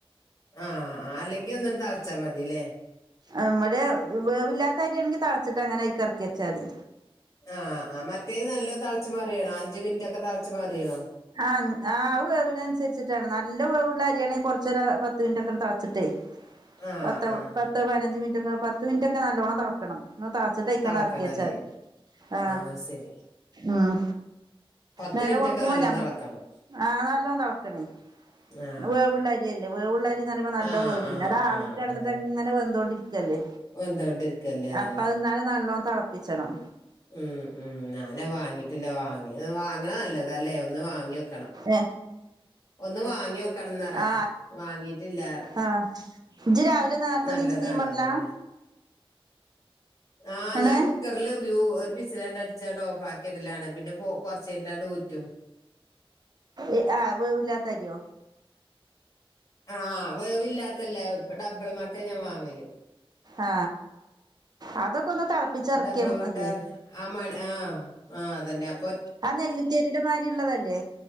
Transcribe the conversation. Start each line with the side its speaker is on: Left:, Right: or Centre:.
Left: ആഹ് ആഹ് അല്ലെങ്കിൽ ഒന്നാണ്ട് തൾച്ചാ മതി ലേ.
Right: ആഹ് മയേ വേവില്ലാത്ത അര്യാണെങ്കിൽ താൾച്ചിട്ട് അങ്ങനെ അയ്ക്കർക്കിയച്ചാ തി.
Left: ആഹ് ആഹ് മറ്റേ നല്ലോ തൾച്ച് മറിയണോ? മിനിറ്റ് ഒക്കെ തളച്ചു മറിയണോ
Right: ആഹ് ആഹ് അഹ് വേവിനൻ സരിച്ചിട്ടാണ്. ന ല്ലോ വേവ്ള്ള അരിയാണെ കൊർച്ചേരം പത്ത് മിൻറ്റൊക്കെണ്ട് തൾച്ചിട്ടേയ്
Left: ആഹ്
Right: പത്ത
Left: ആഹ്
Right: പത്ത് പയിനഞ്ച് മിനിറ്റൊക്കെ പത്ത് മിൻറ്റൊക്കെ നല്ലോണം തളക്കണം. താച്ചിട്ട് അയ്ക്കാണ്ട്
Left: തളക്കണല്ലേ
Right: അർക്ക്യച്ചാതി. ആഹ്
Left: അത് ശരി
Right: ഉം
Left: പത്ത്
Right: നേരെ
Left: മിനിറ്റ്
Right: കൊടുക്കുമ്പോ
Left: ഒക്കെ നല്ലോ
Right: ഞം
Left: തളക്കണം
Right: ആഹ് നല്ലോ തൾക്കണേ.
Left: ആഹ്
Right: വേവ്ള്ള അരിയല്ലേ. വേവ്ള്ള അരി എന്ന് പറിമ്പോ നല്ലൊ
Left: ആഹ്
Right: വേവും.
Left: ആഹ്
Right: പിന്നതാവി
Left: ആഹ്
Right: കട്ന്നിട്ട്
Left: അതന്നെ
Right: അങ്ങനെ വെന്തോണ്ടിരിക്കല്ലേ.
Left: വെന്തോണ്ടിരിക്കല്ലേ അതന്നെ
Right: അപ്പ അത് ന്നാലും നല്ലോം തളപ്പിച്ചണം.
Left: ഉം ഉം ഞാന വാങ്ങീട്ടില്ല വാങ്ങിയത് വാങ്ങ നല്ലതാ ല്ലേ ഇന്ന് വാങ്യോക്കണം
Right: ഏ
Left: ഒന്ന് വാങ്യോക്കണംന്നറ.
Right: ആ
Left: വാങ്ങീട്ടില്ലാറ.
Right: ആ ഇജ്ജ് രാവിലെ നേരത്തെ
Left: നല്ലതാണ്
Right: നീച്ച് തീമറലാ
Left: അതന്നെ ആ
Right: ആണ്
Left: ഞാൻ കുക്കറില് വ്യൂ ഒരു ബിസിലങ്ങട് അടിച്ച <unintelligible> ഓഫാ കെടലാണ് പിന്നെ പോ <unintelligible> ഊറ്റും
Right: എ ആ വേവില്ലാത്തരിയോ
Left: ആ വേവില്ലാത്തല്ല ഇവിടെപള മട്ട ഞാൻ വാങ്ങല്
Right: ആഹ അ തെളപ്പിച്ചിറക്കിയ
Left: ഡബിൾ
Right: മതി
Left: മട്ട
Right: <inaudible>
Left: ആ മ ആ ആ അതന്നെ അപ്പൊ
Right: ആനെല്ലിതേരിടെ മാരി ഉള്ളതല്ലേ